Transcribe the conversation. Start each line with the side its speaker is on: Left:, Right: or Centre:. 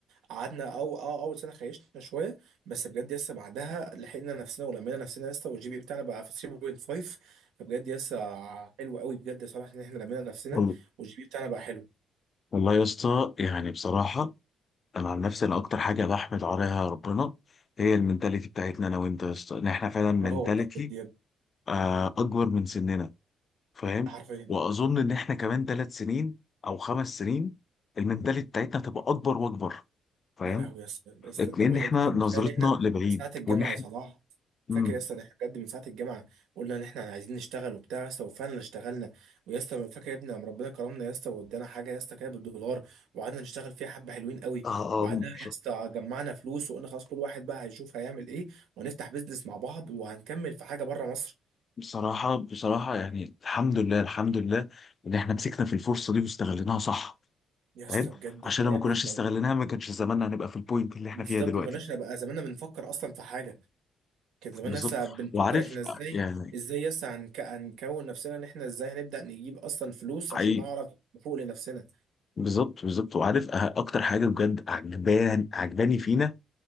Right: قعدنا او اه اول سنه خيشنا شويه بس بجد لسه بعدها لحقنا نفسنا ولمينا نفسنا لسه والجي بي اي بتاعنا بقى في 3.5 فبجد لسه حلو قوي بجد يا صلاح ان احنا لمينا نفسنا
Left: وال-
Right: والجي بي اي بتاعنا بقى حلو
Left: والله يا اسطى يعني بصراحة أنا عن نفسي أنا أكتر حاجة بحمد عليها ربنا هي المنتاليتي بتاعتنا أنا وأنت يا اسطى إن إحنا فعلا منتاليتي
Right: اه والله بجد يا ابني،
Left: آه، أكبر من سننا فاهم
Right: حرفيا
Left: وأظن إن إحنا كمان ثلاث سنين أو خمس سنين المنتاليتي بتاعتنا هتبقى أكبر وأكبر فاهم
Right: يا لهوي يا اسطى يا اسطى
Left: لان
Right: انت يا
Left: احنا
Right: ابني انت
Left: نظرتنا
Right: متخيل احنا
Left: لبعيد
Right: ساعة الجامعة
Left: ونحن
Right: يا صلاح
Left: امم
Right: فاكر يا اسطى ده احنا بجد من ساعة الجامعة قلنا ان احنا عايزين نشتغل وبتاع يا اسطى وفعلا اشتغلنا ويا اسطى فاكر يا ابني لما ربنا كرمنا يا اسطى وادانا حاجة يا اسطى كده بالدولار وقعدنا نشتغل فيها حبة حلوين قوي
Left: اه اه
Right: بعدها
Left: بص-
Right: يا اسطى جمعنا فلوس وقلنا خلاص كل واحد بقى هيشوف هيعمل ايه وهنفتح بيزنس مع بعض وهنكمل في حاجة بره مصر
Left: بصراحه بصراحه يعني الحمد لله الحمد لله ان احنا مسكنا في الفرصه دي واستغليناها صح
Right: يا اسطى
Left: فاهم
Right: بجد
Left: عشان
Right: احنا
Left: لو ما
Right: يا ابني
Left: كناش
Right: اتنا-
Left: استغليناها ما كانش زماننا هنبقى في البوينت اللي احنا
Right: بالظبط
Left: فيها دلوقتي
Right: ما كناش نبقى زماننا بنفكر اصلا في حاجة كان زمان
Left: بالظبط
Right: لسه بنفكر
Left: وعارف
Right: احنا ازاي
Left: يعني
Right: ازاي لسه هنك... هنكون نفسنا ان احنا ازاي هنبدأ نجيب اصلا فلوس
Left: حقيقي
Right: عشان نعرف نفوق لنفسنا
Left: بالظبط بالظبط وعارف أه- اكتر حاجه بجد عجبان عجباني فينا